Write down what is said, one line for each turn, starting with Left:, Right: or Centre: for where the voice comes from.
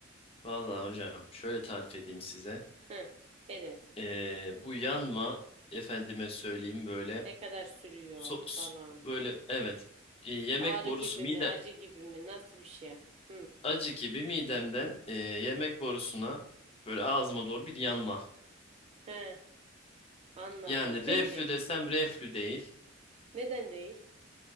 Left: Vallahi hocam şöyle tarif edeyim size.
Right: Hı. Evet.
Left: Ee, bu yanma efendime söyleyeyim böyle
Right: Ne kadar sürüyor
Left: sos
Right: falan.
Left: böyle evet e, yemek
Right: Ağrı
Left: borusu
Right: gibi
Left: mide
Right: mi, acı gibi mi, nasıl bir şey? Hı.
Left: acı gibi midemden e, yemek borusuna böyle ağzıma doğru bir yanma.
Right: He, anladım.
Left: Yani
Right: Peki,
Left: reflü desem reflü değil.
Right: neden değil?